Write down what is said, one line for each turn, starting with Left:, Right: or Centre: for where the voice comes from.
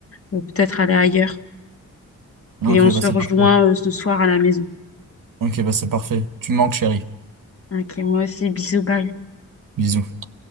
Left: euh, peut-être aller ailleurs.
Right: Ok,
Left: Et on se
Right: bah c'est
Left: rejoint
Right: parfait.
Left: euh, ce soir à la maison.
Right: Ok, bah c'est parfait. Tu me manques, chérie.
Left: Ok, moi aussi, bisous, bye.
Right: Bisous.